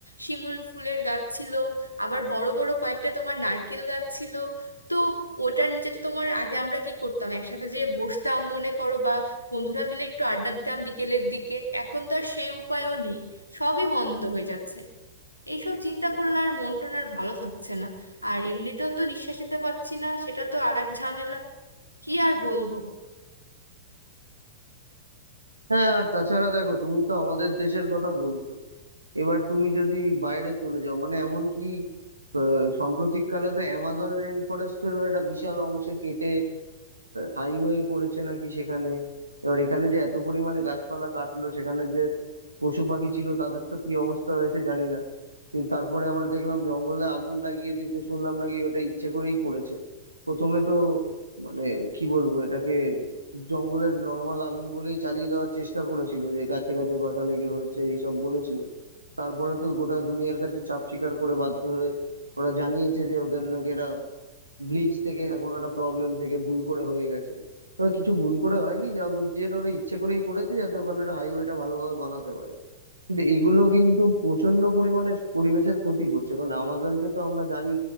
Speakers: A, on the left (about 85°); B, on the right (about 80°).
A: শিমুল ফুলের গাছ ছিল আবার বড় বড় কয়েকটা তোমার নারকেল গাছ ছিল তো ওটার নিচে তো তোমার আগে আমরা কি করতাম একসাথে যে বসতাম মনে করো বা বন্ধুরা মিলে একটু আড্ডা দিতাম বিকেলের দিকে এখন তো আর সেই উপায়ও নেই সবই বন্ধ হয়ে যাচ্ছে এইসব চিন্তা করলে আর মন টন আর ভালো থাকছে না আর এমনিতেও তো নিঃশ্বাস নিতে পারছি না সেটা তো আর এক ঝামেলা কি আর বলবো
B: হ্যাঁ আর তাছাড়া দেখো তুমি তো আমাদের দেশের কথা বলছো এবার তুমি যদি বাইরে চলে যাও মানে এমন কি আহ, সাম্প্রতিককালে তো অ্যামাজন রেন ফরেস্টেরও একটা বিশাল অংশ কেটে হাইওয়ে করেছে নাকি সেখানে এবার এখানে যে এত পরিমাণে গাছপালা কাটলো সেখানে যে পশু পাখি ছিল তাদের তো কি অবস্থা হয়েছে জানি না কিন্তু তারপরে আবার দেখলাম জঙ্গলে আগুন লাগিয়ে দিয়েছে শুনলাম নাকি ওটা ইচ্ছে করেই করেছে প্রথমে তো মানে কি বলবো এটাকে জঙ্গলের নর্মাল আগুন বলেই চালিয়ে দেওয়ার চেষ্টা করেছিল যে গাছে গাছে ঘষা লেগে হয়েছে এইসব বলেছিল তারপরে তো গোটা দুনিয়ার কাছে চাপ স্বীকার করে বাধ্য হয়ে ওরা জানিয়েছে যে ওদের নাকি এটা গ্লিচ থেকে না কোনো একটা প্রবলেম থেকে ভুল করে হয়ে গেছে তবে কিছু ভুল করে হয়নি যা বুঝছি এটা ওরা ইচ্ছে করেই করেছে যাতে ওখানে একটা হাইওয়েটা ভালোভাবে বানাতে পারে কিন্তু এগুলো কিন্তু প্রচন্ড পরিমাণে পরিবেশের ক্ষতি করছে কারণ আমাজনকে তো আমরা জানি